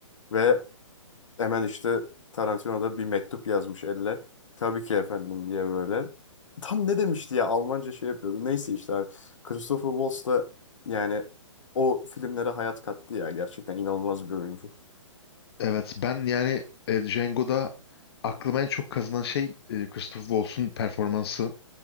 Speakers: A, on the left; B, on the left.
A: Ve Hemen işte Tarantino da bir mektup yazmış elle. Tabii ki efendim diye böyle. Tam ne demişti ya Almanca şey yapıyordu. Neyse işte abi. Christopher Waltz da yani o filmlere hayat kattı ya. Gerçekten inanılmaz bir oyuncu.
B: Evet ben yani e, Django'da aklıma en çok kazınan şey e, Christopher Waltz'un performansı.